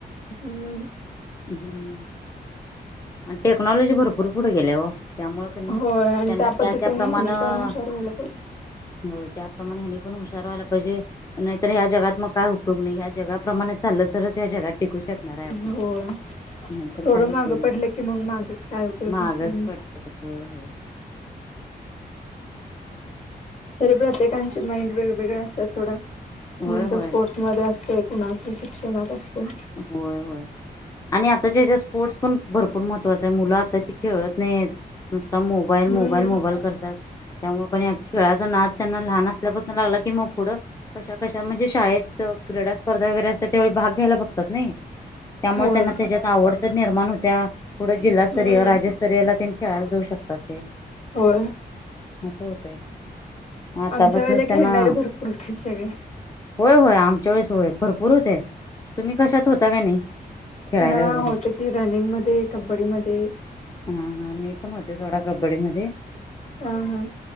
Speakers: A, on the left; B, on the left.
A: हम्म
B: ह आणि टेक्नॉलॉजीभरपूर पुढे गेले ओ, त्यामुळे कणी
A: होय आणि
B: त्यांना त्या
A: पद्धतीने
B: त्याप्रमाण
A: ह्यानी
B: हो
A: पण हुशार व्हायला
B: त्याप्रमाणे हेनी पण हशार व्हायला पाहिजे. नाहीतर ह्या जगात मग काय उपयोग नाही, या् जगाप्रमाणे चाललं तरच या् जगात टिकू शकेल. शकणार
A: पाहिजे
B: आहे आपण
A: होय
B: नाहीतर
A: थोडं
B: काही उपयोग
A: माग
B: नाही
A: पडलं की मग मागच काय उपयोग
B: मागच
A: होत नाही म
B: पडते होय होय
A: तरी प्रत्येकांचे माइंड वेगवेगळे असतात सोडा
B: होय
A: म्हण
B: होय
A: स्पोर्ट्स मध्ये असते. कुणाच शिक्षणात असतो.
B: होय होय. आणि आताच्या हच्या स्पोर्ट्स पण भरपूर महत्त्वाच आहे, मुलं आताची खेळत नाही. आता मोबाईल
A: हम्म
B: मोबाईल मोबाईल करतात. त्यामुळे खेळाचा नाद त्यांना लहान असल्यापासून लागला की मग पुढं कशा कशा म्हणजे शाळेत क्रीडा स्पर्धा वगैरे असल्या त्यावेळी भाग घ्यायला बघतात नाही. त्यामुळे
A: होय
B: त्यांना त्याच्यात आवड तर निर्माण होत्या पुढे जिल्हास्तरीय
A: हम्म
B: राज्यस्तरीयला त्यां खेळायला जाऊ शकता. ते
A: होय.
B: असं होतय. आतापासूनच
A: आमच्या वेळेला
B: त्यांना
A: खेळणारे भरपूर होते सगळे
B: होय होय आमच्या वेळेस होय. भरपूर होते तुम्ही कशात होता का नाही. खेळायला
A: हा
B: वगैरे
A: होत की रनिंग मध्ये, कबड्डी मध्ये,
B: हा हा मी पण होते सोडा कबड्डी मध्ये,
A: ह हा